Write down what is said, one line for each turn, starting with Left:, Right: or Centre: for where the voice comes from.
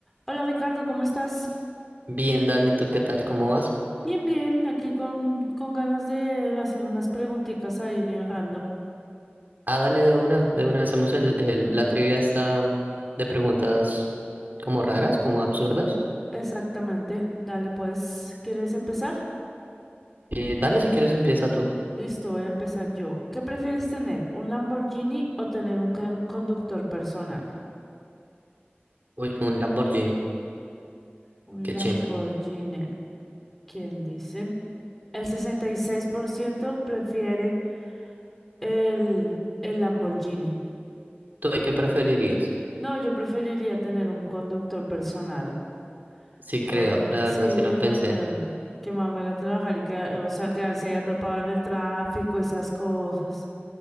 Centre: Hola Ricardo, ¿cómo estás?
Right: Bien, Dani, ¿tú qué tal? ¿Cómo vas?
Centre: Bien, bien, aquí con, con ganas de hacer unas preguntitas ahí bien random.
Right: Ah, dale de una, de una. Hacemos el, el- la trivia esta de preguntas como raras, como absurdas.
Centre: Exactamente, dale pues, ¿quieres empezar?
Right: Eh, dale si quieres empieza tú.
Centre: Listo, voy a empezar yo. ¿Qué prefieres tener, un Lamborghini o tener un con- conductor personal?
Right: Uy, un Lamborghini.
Centre: Un
Right: Qué
Centre: Lamborghini,
Right: chimba.
Centre: ¿quién dice? El 66% prefiere el, el Lamborghini.
Right: ¿Tú de qué preferirías?
Centre: No, yo preferiría tener un conductor personal.
Right: Sí
Centre: Porque,
Right: creo, la
Centre: sí,
Right: verdad sí lo pensé.
Centre: la verdad, que mamera trabajar y que, eh, o sea, quedarse ahí atrapado en el tráfico, esas cosas.